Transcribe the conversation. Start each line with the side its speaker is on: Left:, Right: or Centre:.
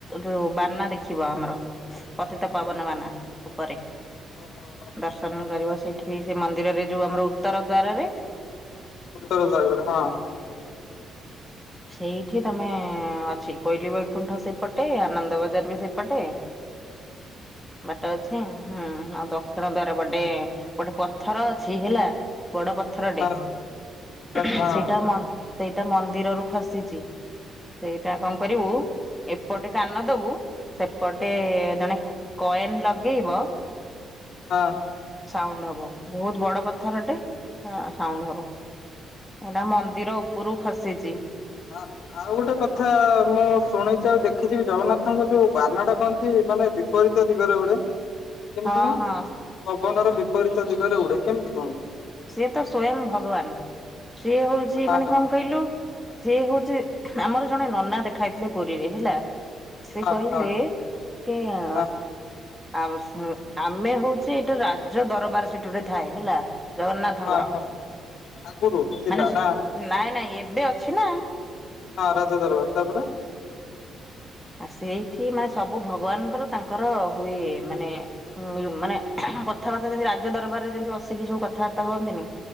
Centre: ଯୋଉ ବାନା ଦେଖିବ ଆମର ପତିତ ପାବନବାନା ଉପରେ
Left: ଓହୋ
Centre: ଦର୍ଶନ କରିବ ସେଇଠି ସେ ମନ୍ଦିରରେ ଯୋଉ ଆମର ଉତ୍ତର ଦ୍ଵାରରେ
Left: ଉତ୍ତର ଦ୍ୱାରରେ ହଁ।
Centre: ସେଇଠି ତମେ ଅଛି କୋଇଲି ବୈକୁଣ୍ଠ ସେପଟେ ଆନନ୍ଦ ବଜାର ବି ସେପଟେ। ବାଟ ଅଛି। ହୁଁ ଆଉ ଦକ୍ଷିଣ ଦ୍ଵାର ଗୋଟେ ଗୋଟେ ପଥର ଅଛି ହେଲା ବଡ ପ ପଥରଟେ
Left: ହଁ ହଁ
Centre: ସେଇଟା <unintelligible>
Left: ହଁ ହଁ
Centre: ସେଇଟା ମନ୍ଦିରରୁ ଖସିଛି। ସେଇଟା କଣ କରିବୁ ଏପଟେ କାନ। ବୁ ସେପଟେ ଜଣେ କଏନ ଲଗେଇବ।
Left: ହଁ।
Centre: ସାଉଣ୍ଡ ହବ ବହୁତ ବଡ ପଥରଟେ ହଁ ସାଉଣ୍ଡ ହବ। ଏଇଟା ମନ୍ଦିର ଉପରୁକୁ ଖସିଛି।
Left: ହଁ। ଆଉ ଗୋଟେ କଥା ମୁଁ ଶୁଣିଛି ଆଉ ଦେଖିଛି ଜଗନ୍ନାଥଙ୍କ ଯୋଉ ବାନ ଟା କହନ୍ତି ମାନେ। ବି ବିପରୀତ ଦିଗରେ ଉଡ଼େ। କେମିତି
Centre: ହଁ
Left: କଣ
Centre: ହଁ
Left: ପବନ ର ବିପରୀତ ଦିଗରେ ଉଡେ କେମିତି କଣ?
Centre: ସେ ତ ସ୍ଵୟଂ ଭଗବାନ ସିଏ ହଉଛି
Left: ହଁ
Centre: ମାନେ
Left: ହଁ
Centre: କଣ କହିଲୁ ସେ ହଉ ଛି ଆମର ଜଣେ ନନା ଦେଖା ହେଇଥିଲେ ପୁରୀରେ ହେଲା। ସେ
Left: ହଁ
Centre: କହିଲେ
Left: ହଁ
Centre: କି ଅ
Left: ହଁ
Centre: ଆ ଆମେ ହଉଛେ ଏଇଟା ରାଜ ଦରବାର ସେଠି ଗୋଟେ ଥାଏ ହେଲା। ଜଗନ୍ନାଥଙ୍କର
Left: ହଁ ହଁ ଆଗରୁ ଥିଲା
Centre: ମାନେ ସେ
Left: ନା
Centre: ନାଇଁ ନାଇଁ ଏବେ ଅଛି ନା।
Left: ଆରାଧ ଦରବାର ତାପରେ
Centre: ଆ ସେଇଠି ମାନେ ସବୁ ଭଗବାନଙ୍କର ତାଙ୍କର ହୁଏ ମାନେ ଉ ମାନେ କଥାବାର୍ତ୍ତା ଯେମତି ରାଜ୍ୟ ଦରବାରରେ ଯେମିତି ବସିକି ସବୁ କଥାବାର୍ତ୍ତା ହୁଅନ୍ତିନି।